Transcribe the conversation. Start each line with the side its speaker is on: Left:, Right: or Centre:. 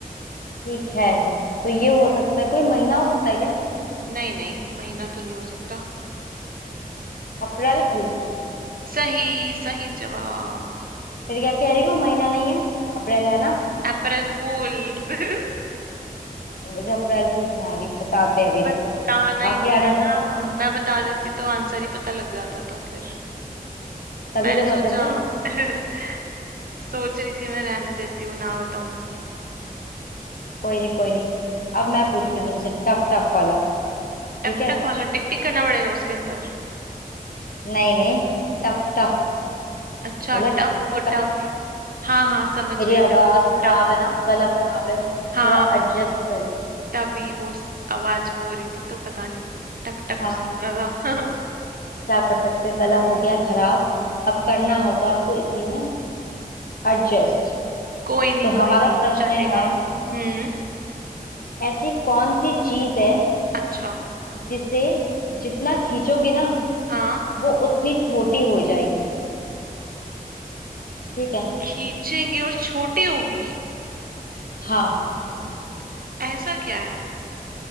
Left: ठीक है तो ये हो सकता है कोई महीना हो सकता है क्या
Right: नहीं नहीं महीना तो नहीं हो सकता
Left: अप्रैल फूल
Right: सही सही जवाब
Left: फिर क्या कह रही हूँ महीना नहीं है अप्रैल है ना
Right: अप्रैल फूल <laughs>
Left: तो मुझे अप्रैल फूल बना रही हूँ बताते हैं अभी रुको
Right: बताना ही
Left: आगे
Right: नहीं
Left: आने
Right: था ना
Left: दे
Right: मैं बता देती तो आंसर ही पता लग जाता तो फिर
Left: तभी
Right: मैंने
Left: तो
Right: सोचा
Left: मजे थे
Right: <laughs> सोच रही थी मैं रहने देती हूँ ना बताऊं
Left: कोई नहीं कोई नहीं अब मैं
Right: हम्म
Left: पूछती हूँ तुमसे टफ टफ वाला ठीक
Right: टक
Left: है
Right: टक वाला टिक टिक करना पड़ेगा उसके अंदर
Left: नहीं नहीं टफ टफ
Right: अच्छा
Left: मतलब
Right: टफ
Left: कठिन
Right: टफ हाँ हाँ समझ
Left: मेरी
Right: गई
Left: आवाज
Right: टफ
Left: खराब
Right: टफ
Left: है ना गला खराब है थोड़ा
Right: हाँ
Left: एडजस्ट करिए
Right: तभी वो स- आवाज वो हो रही थी तो पता नहीं टक टक
Left: हाँ
Right: सुन रहा था <laughs>
Left: क्या कर सकते हैं गला
Right: हम्म
Left: हो गया खराब अब करना होगा आपको इसी में एडजस्ट
Right: कोई नहीं
Left: तो हमारा
Right: कोई नहीं
Left: प्रश्न
Right: चलेगा
Left: है
Right: हम्म
Left: ऐसी कौन सी चीज है
Right: अच्छा
Left: जिसे जितना खींचोगे ना
Right: हाँ
Left: वो उतनी छोटी हो जाएगी ठीक है
Right: खींचेंगे और छोटी होगी
Left: हाँ
Right: ऐसा क्या है